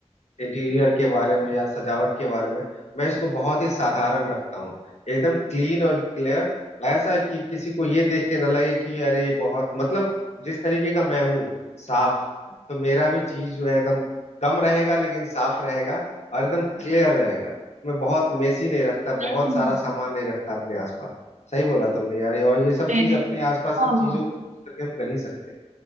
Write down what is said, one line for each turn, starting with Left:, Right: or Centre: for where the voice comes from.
Left: इंटीरियर के बारे में या सजावट के बारे में मैं इसको बहुत ही साधारण रखता हूँ एकदम क्लीन और क्लियर ऐसा है कि किसी को ये देख के ना लगे कि अरे ये बहुत मतलब जिस तरीके का मैं हूँ साफ तो मेरा भी चीज जो है एकदम कम रहेगा लेकिन साफ रहेगा और एकदम क्लियर रहेगा मैं बहुत मेसी नहीं रखता
Right: हम्म,
Left: बहुत सारा सामान नहीं रखता अपने आसपास सही बोला तुमने यार और ये सब
Right: नहीं
Left: चीज
Right: नहीं
Left: अपने आसपास की
Right: हाँ
Left: चीजों को use करके हम कर ही सकते हैं